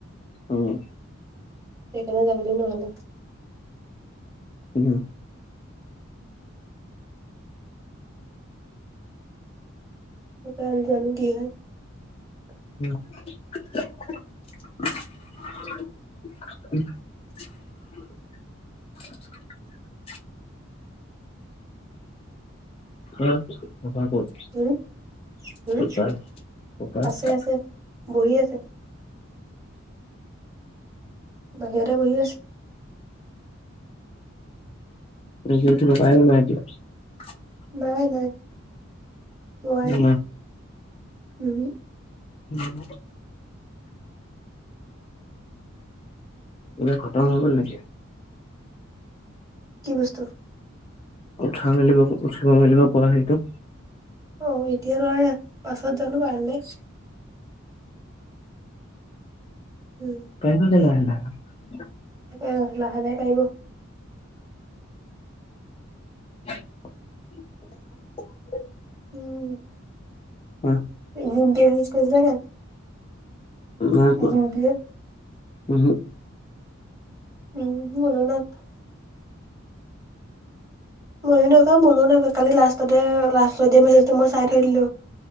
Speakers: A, on the left; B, on the right.
A: উম
B: সেইকাৰণে যাবলৈ নহলে
A: উম
B: <unintelligible>
A: <unintelligible> <unintelligible> অ ক কত
B: উম, উম,
A: ককাৰ
B: আছে
A: <unintelligible>
B: আছে বহি আছে। বাহিৰৰে বহি আছো
A: দে থ উপায় নাই এতিয়া <unintelligible>
B: নাই নাই নোৱাৰে
A: উম
B: উম,
A: উম গোটেই খটম হৈ গ'ল নেকি <unintelligible>
B: কি বস্তু
A: উৎসাহ মেলিব উঠিব মেলিব পোৱা সেইটো
B: অ', এতিয়া লয় পাছত জানো পাই নে <unintelligible> উম,
A: কাৰেন্ত দে না <unintelligible>
B: আ লাহে লাহে পাৰিব
A: <unintelligible> <inaudible>
B: উম
A: অ
B: জিন্তিয়ে উইছ কৰিছিলে নাই <unintelligible>
A: নাইকৰা
B: জিম্পীয়ে
A: ওহোঁ
B: উম মুলেও নাইকৰা ময়ো নাইকৰা মোলৈ নাইকৰা কালি লাষ্টতে লাষ্টত দিয়া মেচেজটো মই চাই থৈ দিলো